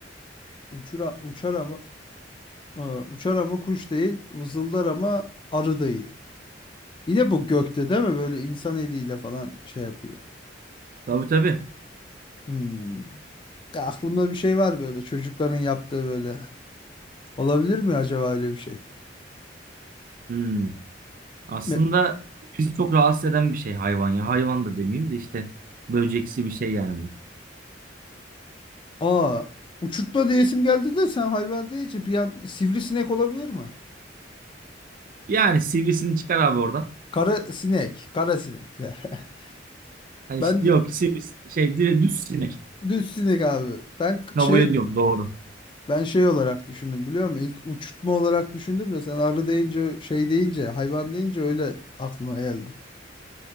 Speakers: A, on the left (about 25°); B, on the right (about 50°).
A: Uçura, uçar ama e, uçar ama kuş değil, vızıldar ama arı değil. Yine bu gökte değil mi? Böyle insan eliyle falan şey yapıyor.
B: Tabii tabii.
A: Hmm. Ya aklımda bir şey var böyle çocukların yaptığı böyle. Olabilir mi acaba öyle bir şey?
B: Hmm. Aslında
A: me-
B: bizi çok rahatsız eden bir şey hayvan ya. Hayvan da demeyeyim de işte böceksi bir şey yani bu.
A: Aa, uçurtma diyesim geldi de sen hayvan deyince bir an sivrisinek olabilir mi?
B: Yani sivrisini çıkar abi oradan.
A: Kara sinek, kara sinek. <laughs>
B: Hani
A: Ben
B: işte
A: d-
B: yok sivris şey dire- düz sinek.
A: düz sinek abi. Ben k-
B: Kabul
A: şey
B: ediyorum doğru.
A: ben şey olarak düşündüm biliyor musun? İlk uçurtma olarak düşündüm de sen arı deyince şey deyince hayvan deyince öyle aklıma geldi.